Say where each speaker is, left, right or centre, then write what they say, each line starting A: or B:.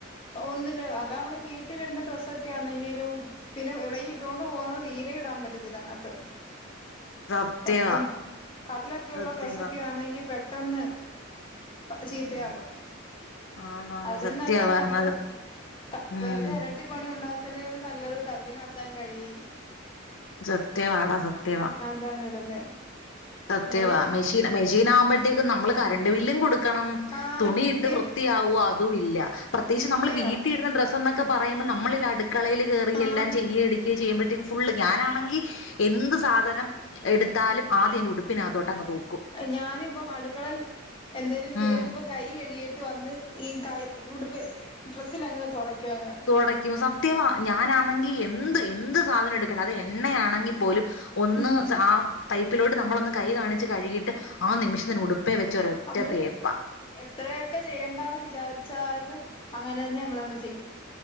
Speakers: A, on the left; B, on the left.
A: ഒന്നില് അല്ലാമ്മള് വീട്ടിലിടുന്ന ഡ്രസ്സൊക്കെ ആന്നെങ്കിലും പിന്നെ എവടെ ഇലും ഇട്ടോണ്ട് പോന്നത് തീരെ ഇടാൻ പറ്റത്തില്ലാനാത്ത്.
B: സത്യവാ
A: പെട്ടന്ന് കല്ലൊക്കെയൊള്ള
B: സത്യവാ
A: ഡ്രസ്സൊക്കെയാണെങ്കി പെട്ടന്ന് പ ചീത്തയാവും.
B: ഉം ആന്നാന്ന്
A: അതിലും
B: സത്യവാ
A: നല്ലത്‌
B: പറഞ്ഞത്
A: നമ്മള് താ
B: ഉം
A: വെറുതെ അ ട്ടിപ്പണി ഒണ്ടാക്കുന്നേലും നല്ലത് കല്ലിനാത്തങ്ങ് കഴികി
B: സത്യവാടാ സത്യവാ.
A: അതാണ് ഇടുന്നെ
B: സത്യവാ,
A: നമ്മള് പോ
B: മെഷിൻ മെഷീനാമ്പോഴത്തേക്കും നമ്മള് കറണ്ട് ബില്ലും കൊടുക്കണം.
A: ആഹ്
B: തുണിയിട്ട്
A: വൃത്തി
B: വൃത്തിയാവു അ അതുല്ല. പ്രത്യകിച്ച്
A: ചീത്തയാവും
B: നമ്മൾ വീട്ടിൽ ഇരുന്ന ഡ്രസ്സ്ന്നൊക്കെ പറയുമ്പം നമ്മളിലട് ക്കളയിൽ കേറി
A: ആഹ്
B: എല്ലാം ചെയ്യെം എടുക്കുകയും ചെയ്യുമ്പഴേത്തിനും ഫുള്ള് ഞാനാണെങ്കിൽ എന്ത് സാധനം എടുത്താലും ആദ്യം എന്റെ ഉട് പ്പിനകത്തോട്ടങ് പോകും.
A: ഞാന് ഇപ്പം അടുക്കളൽ എന്തേലും ചെയ്തിട്ട്
B: ഉം
A: ഇപ്പൊ കൈ കഴികീട്ട് വന്ന് ഈ കൈ ഉടുപ്പേ ഡ്രസ്സിലങ്ങ് തൊടക്കുവങ്കാരം.
B: തൊടക്കുമ സം ത്യവ, ഞാനാണെങ്കി എന്ത് എന്ത് സാധനം എടുക്കട്ട, അത് എ എണ്ണയാണെങ്കിൽ പോലും ഒന്ന്
A: ഉം
B: ആ പൈപ്പിലോട്ട് നമ്മളൊന്ന് കൈ കാണിച്ച് കഴുകിട്ട് ആ നിമിഷം തന്നെ ഉടു പ്പെ വെച്ച് ഒര് ഒറ്റ
A: നമ്മള്
B: തേപ്പ.
A: എത്രയൊക്കെ ചെയ്യേണ്ട എന്ന് വിചാരിച്ചാലും അങ്ങനെ തന്നെ നമ്മളങ്ങ് ചെയ്യും.